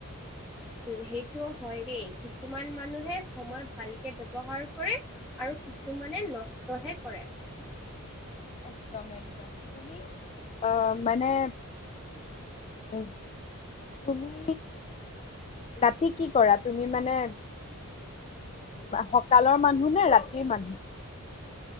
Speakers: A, in the centre; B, on the left.
A: সেইটো হয় দেই কিছুমান মানুহে সময় ভালকে ব্যৱহাৰ কৰে। আৰু কিছুমানে নষ্টহে কৰে।
B: একদম একদম তুমি আহ মানে উম তুমি ৰাতি কি কৰা তুমি মানে অ সকালৰ মানুহ নে ৰাতিৰ মানুহ।